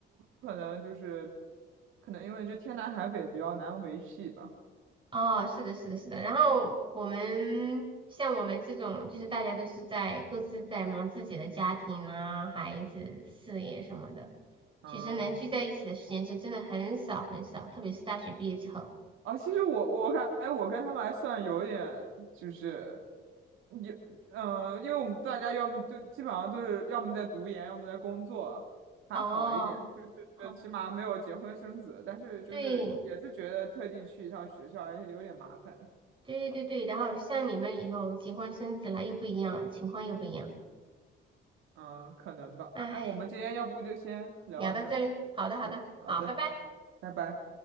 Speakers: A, on the right; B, on the right.
A: 可能就是可能因为就天南海北比较难维系吧。
B: 哦，是的，是的，是的。然后我们像我们这种，就是大家都是在各自在忙自己的家庭啊、孩子、事业什么的，
A: 嗯
B: 其实能聚在一起的时间是真的很少很少，特别是大学毕业之后。
A: 啊，其实我我感觉我跟他们还算有点就是有嗯、呃因为我们大家要么就基本上都是要么在读研，要么在工作，还好一点，
B: 哦，
A: 就是起码没有结婚生子，
B: 哦，
A: 但是就是也是觉得特地去一趟学校还是有点麻烦，
B: 对。对对对，然后像你们以后结婚生子了又不一样了，情况又不一样。
A: 嗯，可能吧。
B: 哎，
A: 哎，我们今天要不就先聊到这儿
B: 聊到这里，好的好的，
A: 嗯，好的，
B: 好，拜拜。
A: 拜拜。